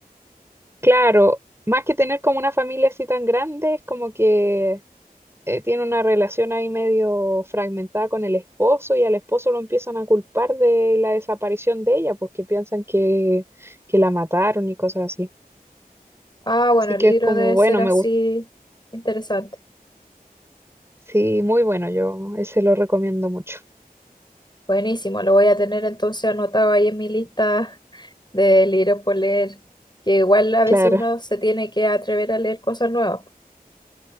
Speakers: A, on the right (about 15°); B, on the left (about 30°).
A: Claro, más que tener como una familia así tan grande, es como que eh, tiene una relación ahí medio fragmentada con el esposo y al esposo lo empiezan a culpar de la desaparición de ella, porque piensan que, que la mataron y cosas así.
B: Ah, bueno,
A: Así
B: el
A: que
B: libro
A: es como,
B: debe
A: bueno,
B: ser así
A: me gusta.
B: interesante.
A: Sí, muy bueno, yo ese lo recomiendo mucho.
B: Buenísimo, lo voy a tener entonces anotado ahí en mi lista de libros por leer, que igual a veces
A: Claro,
B: uno se tiene que atrever a leer cosas nuevas.